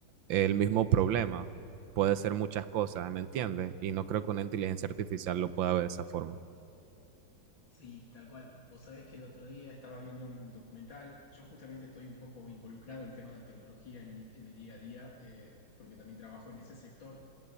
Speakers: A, on the right; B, on the left.
A: el mismo problema. Puede ser muchas cosas, ¿me entiendes? Y no creo que una inteligencia artificial lo pueda ver de esa forma.
B: Sí, tal cual. Vos sabés que el otro día estaba viendo un documental. Yo justamente estoy un poco involucrado en el tema de la tecnología en mi, en mi día a día, eh, porque también trabajo en ese sector.